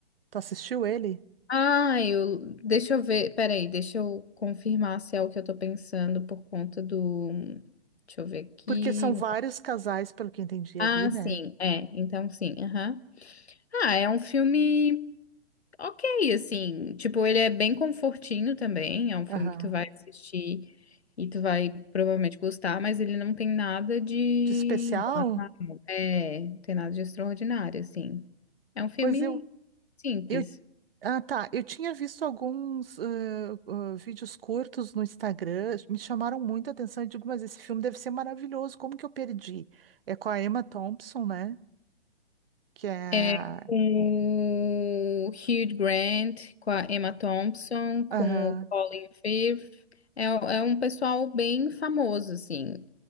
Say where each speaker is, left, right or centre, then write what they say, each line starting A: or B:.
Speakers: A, on the right (about 65°); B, on the left (about 85°).
A: Tu assistiu ele?
B: Ah, eu... Deixa eu ver... Peraí, deixa eu confirmar se é o que eu tô pensando por conta do... Deixa eu ver aqui...
A: Porque são vários casais, pelo que eu entendi
B: Ah,
A: ali, né?
B: sim, é. Então, sim, aham. Ah, é um filme... ok, assim. Tipo, ele é bem confortinho também. É um filme
A: Aham.
B: que tu vai assistir e tu vai provavelmente gostar, mas ele não tem nada de.
A: De especial?
B: É, não tem nada de extraordinário, assim. É um filme
A: Pois eu.
B: simples.
A: Eu Ah, tá. Eu tinha visto alguns ãh, ãh, vídeos curtos no Instagram, me chamaram muita atenção. Eu digo, mas esse filme deve ser maravilhoso, como que eu perdi? É com a Emma Thompson, né? Que é. a-
B: É com o Hugh Grant, com a Emma Thompson, com
A: Aham,
B: o Colin Firth. É, é um pessoal bem famoso, assim.